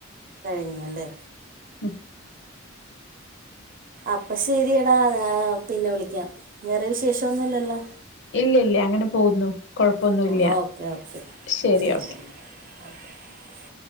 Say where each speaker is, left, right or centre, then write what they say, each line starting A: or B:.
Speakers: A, on the right; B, on the left.
A: കഴിഞ്ഞു അല്ലേ
B: ഉം
A: അപ്പൊ ശെരിടാ ഞാ പിന്നെ വിളിക്കാം വേറെ വിശേഷൊന്നുല്ലല്ലോ
B: ഇല്ലില്ല അങ്ങനെ പോകുന്നു കൊഴപ്പൊന്നുംല്ല
A: പോകണം ഓക്കെ ഓക്കെ
B: ശെരി
A: ശരി
B: ഓക്കെ
A: <unintelligible>